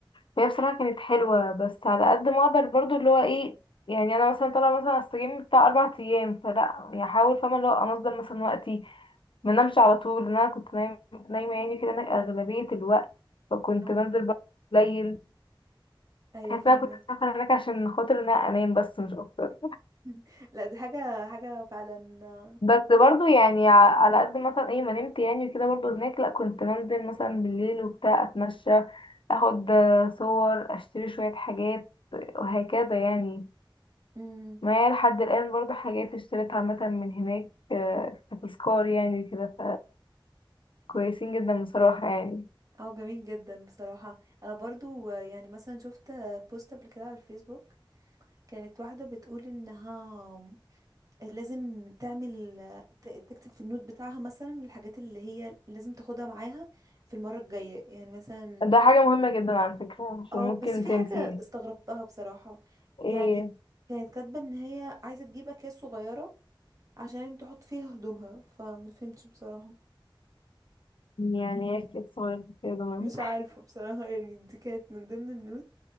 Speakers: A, on the left (about 70°); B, on the right (about 40°).
A: فهي بصراحة كانت حلوة بس على قد ما أقدر برضو اللي هو ايه يعني أنا مثلا طالعة مثلا أستجم بتاع أربع أيام فلا يعني أحاول فاهمة اللي هو أنظم مثلا وقتي منامش على طول لأن أنا كنت نايم- نايمة يعني كده هناك أغلبية الوقت فكنت
B: أو
A: بنزل برضو قليل
B: ايوه
A: تحس
B: فاهمك
A: إن أنا كنت مسافرة هناك عشان خاطر إن أنا أنام بس مش أكتر
B: <laughs> لا دي حاجة حاجة فعلا آه،
A: بس برضو يعني ع- على قد مثلا ايه ما نمت يعني وكده برضو هناك لا كنت بنزل مثلا بالليل وبتاع اتمشى اخد آه، صور اشتري شوية حاجات وهكذا يعني
B: امم
A: معايا لحد الآن برضو حاجات اشتريتها مثلا من هناك آه، كتذكار يعني كده فكويسين جدا بصراحة يعني
B: اه جميل جدا بصراحة انا برضو آه، يعني مثلا شفت آه، بوست قبل كده على الفيسبوك كانت واحدة بتقول انها لازم تعمل ت- تكتب في النوت بتاعها مثلا الحاجات اللي هي لازم تاخدها معاها في المرة الجاية يعني مثلا
A: ده حاجة مهمة جدا على فكرة عشان
B: اه
A: ممكن
B: بس في
A: تنسي
B: حاجة استغربتها بصراحة
A: ايه
B: يعني كانت كاتبة ان هي عايزة تجيب اكياس صغيرة عشان تحط فيها هدومها فمفهمتش بصراحة
A: يعني ايه كده صغير كده <laughs> مهم.
B: مش عارفة بصراحة يعني دي كانت من ضمن النوت